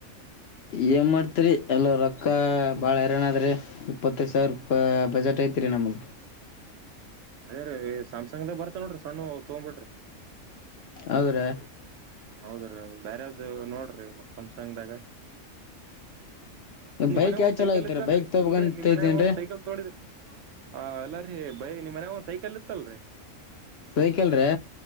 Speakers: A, on the left; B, on the right.
A: ಏನ್ ಮಾಡ್ತಿರಿ ಎಲ್ಲ ರೊಕ್ಕ ಭಾಳ ಎರನ ಆದ್ರೆ ಇಪ್ಪತ್ತೈದು ಸಾವಿರ ರೂಪ ಬಜೆಟ್ ಐತಿರಿ ನಮ್ಗ
B: ಅದೇ ರೀ ಸ್ಯಾಮ್ಸಂಗ್ ಬರ್ತ ನೋಡ್ರಿ ಸಣ್ಣವು ಅವು ತಗೊಂಡ್ಬಿಟ್ರಿ
A: ಹೌದ್ರೆ
B: ಹೌದ್ರೀ ಬ್ಯಾರಾವ್ದ ನೋಡ್ರಿ ಸಂಮ್ಸಾಂಗ್ದ ಗ ಅದ್ ನಿಮ
A: ಬೈಕ್
B: ಮನ್ಯಾಗ
A: ಯಾವ್
B: ಒಂದ್
A: ಚಲೋ
B: ಸೈಕಲ್
A: ಐತ್ರಿ
B: ಇತ್ತಲ್ರರಿ
A: ಬೈಕ್ ತಗಬೇಕಂತ
B: ಇಲ್ರರಿ ನಿಮ್ ಮನ್ಯಾಗ
A: ಇದೇನ್ರಿ
B: ಒಂದ್ ಸೈಕಲ್ ತಗೋಡಿದ್ರಿ ಹ ಎಲ್ಲ ರೀ ಬೈ ನಿಮ ಮನ್ಯಾಗ ಒಂದ್ ಸೈಕಲ್ ಇತ್ತ ಅಲ್ರಿ
A: ಸೈಕಲ್ ರೀ